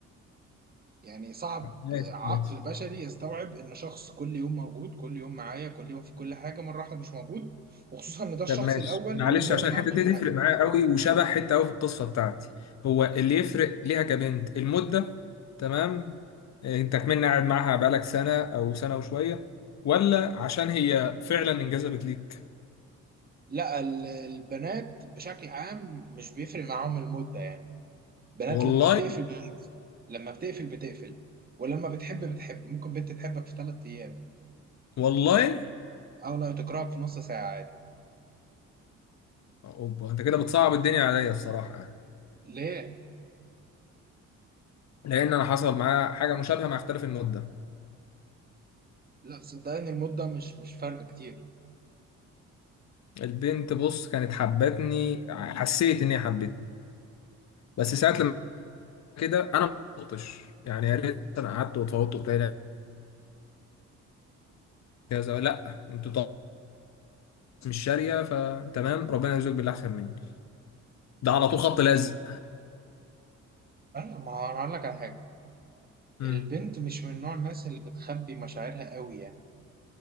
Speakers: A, on the right; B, on the left.
A: يعني صعب
B: ماشي
A: عقل
B: ماشي
A: بشري يستوعب ان شخص كل يوم موجود كل يوم معايا كل يوم في كل حاجه مره واحده مش موجود وخصوصا ان ده الشخص
B: طب ماشي
A: الاول
B: معلش
A: اللي مر
B: عشان
A: معاه
B: الحته
A: بكل
B: دي
A: حاجه
B: تفرق معايا قوي وشبه حته قوي في القصه بتاعتي هو اللي يفرق ليها كبنت المده تمام آه، انت كمان قاعد معاها بقالك سنه او سنه وشويه ولا عشان هي فعلا انجذبت ليك
A: لا ال- البنات بشكل عام مش بيفرق معاهم المده يعني بنات
B: والله
A: لما بتقفل مم. بتقفل لما بتقفل بتقفل ولما بتحب بتحب ممكن بنت تحبك في ثلاث ايام
B: والله
A: او لو تكرهك في نص ساعه عادي
B: اوبا انت كده بتصعب الدنيا عليا الصراحه يعني
A: ليه
B: لان انا حصل معايا حاجه مشابهه مع اختلاف المده
A: لا صدقني المده مش مش فرق كتير
B: البنت بص كانت حبتني حسيت ان هي حبتني بس ساعات لما كده انا ما قلتش يعني يا ريت انا قعدت واتفوضت وبتاع كذا لا انتوا طبعا مش شاريه فتمام ربنا يرزقك باللي احسن مني ده على طول خط لازق
A: ايوه ما هو انا هقول لك على حاجه
B: امم
A: البنت مش من نوع الناس اللي بتخبي مشاعرها قوي يعني